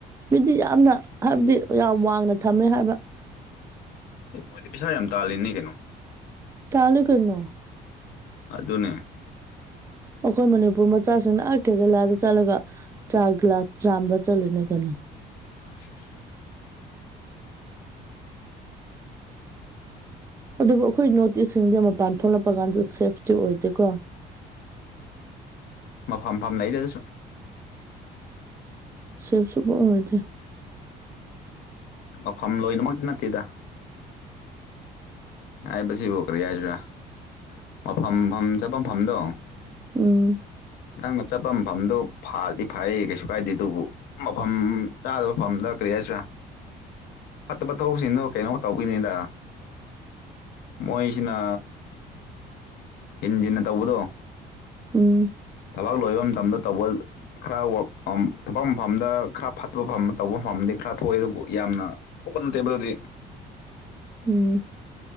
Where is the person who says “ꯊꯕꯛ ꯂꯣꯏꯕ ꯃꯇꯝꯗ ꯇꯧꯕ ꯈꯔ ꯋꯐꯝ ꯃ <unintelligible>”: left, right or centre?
Left